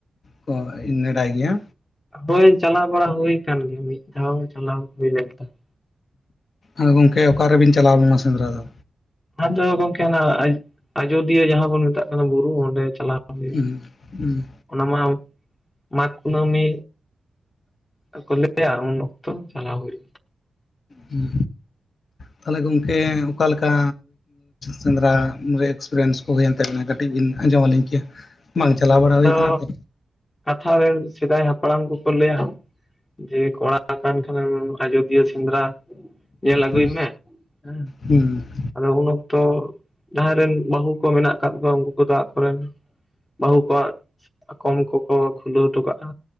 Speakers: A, on the left (about 55°); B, on the left (about 25°).
A: ᱠᱚ ᱱᱮᱰᱟᱭ ᱜᱮᱭᱟ?
B: ᱦᱳᱭ ᱪᱟᱞᱟᱣ ᱵᱟᱲᱟ ᱦᱩᱭ ᱟᱠᱟᱱ ᱜᱮᱭᱟ ᱢᱤᱫ ᱫᱷᱟᱣ ᱪᱟᱞᱟᱣ ᱦᱩᱭ ᱞᱮᱱ ᱛᱟᱦᱮᱸ᱾
A: ᱟᱨ ᱜᱚᱢᱠᱮ ᱚᱠᱟ ᱨᱮᱵᱤᱱ ᱪᱟᱞᱟᱣ ᱞᱮᱱᱟ ᱥᱮᱸᱫᱽᱨᱟ ᱫᱚ?
B: ᱟᱫᱚ ᱜᱚᱝᱠᱮ ᱚᱱᱟ ᱟᱡᱚᱫᱤᱭᱟᱹ ᱡᱟᱦᱟᱸ ᱵᱚᱱ ᱢᱮᱛᱟᱜ ᱠᱟᱱᱟ ᱵᱩᱨᱩ ᱚᱸᱰᱮ ᱪᱟᱞᱟᱣ ᱦᱩᱭ
A: ᱩᱸ ᱩᱸ
B: ᱚᱱᱟ ᱢᱟ ᱢᱟᱜᱽ ᱠᱩᱱᱟᱹᱢᱤ, ᱠᱚ ᱞᱟᱹᱭᱟ ᱩᱱ ᱚᱠᱛᱚ ᱪᱟᱞᱟᱣ ᱦᱩᱭ
A: ᱦᱩᱸ ᱛᱟᱦᱞᱮ ᱜᱚᱝᱠᱮ ᱚᱠᱟ ᱞᱮᱠᱟ ᱥᱮᱸᱫᱽᱨᱟ ᱮᱠᱥᱯᱨᱤᱭᱮᱱᱥ᱾ ᱦᱩᱭᱮᱱ ᱛᱟᱵᱤᱱᱟ ᱠᱟᱹᱴᱤᱡ ᱵᱤᱱ ᱟᱸᱡᱚᱢ ᱟᱹᱞᱤᱧ ᱠᱮᱭᱟ?
B: <unintelligible>
A: ᱵᱟᱝ ᱪᱟᱞᱟᱣ ᱵᱟᱲᱟ
B: ᱟᱫᱚ
A: ᱦᱩᱭ ᱠᱟᱱᱟ ᱛᱚ᱾
B: ᱠᱟᱛᱷᱟ ᱨᱮ ᱥᱮᱫᱟᱭ ᱦᱟᱯᱲᱟᱢ ᱠᱚᱠᱚ ᱞᱟᱹᱭᱟ, ᱡᱮ ᱠᱚᱲᱟ ᱠᱟᱱ <unintelligible> ᱠᱷᱟᱱᱮᱢ ᱟᱡᱚᱫᱤᱭᱟᱹ ᱥᱮᱸᱫᱽᱨᱟ ᱧᱮᱞ ᱟᱹᱜᱩᱭ
A: ᱦᱸ
B: ᱢᱮ ᱦᱮᱸ
A: ᱦᱮᱸ <inaudible>
B: ᱟᱫᱚ ᱩᱱ ᱚᱠᱛᱚ ᱡᱟᱦᱟᱸᱭ ᱨᱮᱱ ᱵᱟᱹᱦᱩ ᱠᱚ ᱢᱮᱱᱟᱜ ᱟᱠᱟᱫ ᱠᱚᱣᱟ ᱩᱱᱠᱩ ᱠᱚᱫᱚ ᱟᱠᱚᱨᱮᱱ ᱵᱟᱹᱦᱩ ᱠᱚᱣᱟᱜ ᱥᱟᱠᱚᱢ ᱠᱚᱠᱚ ᱠᱷᱩᱞᱟᱹᱣ ᱦᱚᱴᱚ ᱠᱟᱜᱼᱟ,